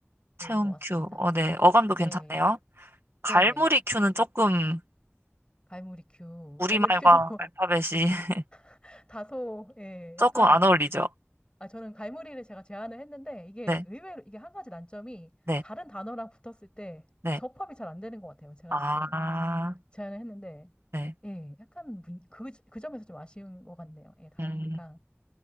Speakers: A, on the left (about 20°); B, on the right (about 65°).
A: 좋은
B: 체험
A: 것 같습니다.
B: 큐. 어, 네. 어감도
A: 네.
B: 괜찮네요.
A: 네네.
B: 갈무리 큐는 조금
A: 갈무리 큐.
B: 우리말과
A: 갈무리 큐도
B: 알파벳이 <laughs>
A: <laughs> 다소, 예,
B: 조금
A: 약간,
B: 안 어울리죠?
A: 아, 저는 갈무리를 제가 제안을 했는데, 이게
B: 네,
A: 의외로, 이게 한 가지 난점이
B: 네,
A: 다른 단어랑 붙었을 때
B: 네.
A: 접합이 잘 안 되는 것 같아요. 제가
B: 아,
A: 지금. 제안을 했는데,
B: 네.
A: 예, 약간 문- 그, 그 점에서 좀 아쉬운 것 같네요. 예, 달무리가.
B: 음,